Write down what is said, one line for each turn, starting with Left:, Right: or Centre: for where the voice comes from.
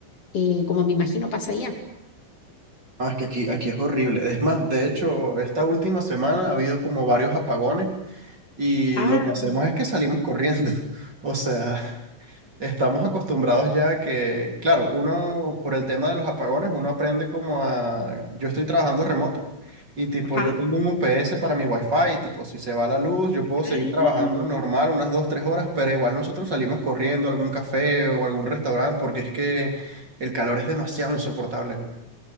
Left: eh, como me imagino pasa allá.
Right: Ah, es que aquí, aquí es horrible. Es más, de hecho, esta última semana ha habido como varios apagones y
Left: Ah,
Right: lo que hacemos es que salimos corriendo. <laughs> O sea, estamos acostumbrados ya a que, claro, uno por el tema de los apagones, uno aprende como a... Yo estoy trabajando remoto y tipo,
Left: Ajá.
Right: yo tengo un UPS para mi Wi-Fi y tipo, si se va la luz, yo puedo
Left: ah,
Right: seguir trabajando normal unas dos, tres horas, pero igual nosotros salimos corriendo a algún café o algún restaurante porque es que el calor es demasiado insoportable.